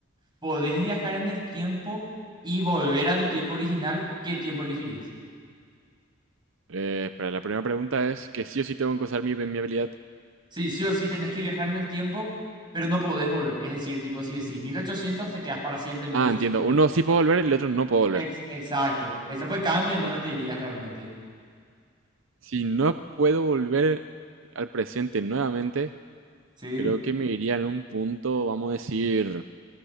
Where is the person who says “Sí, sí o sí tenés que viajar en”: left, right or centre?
Right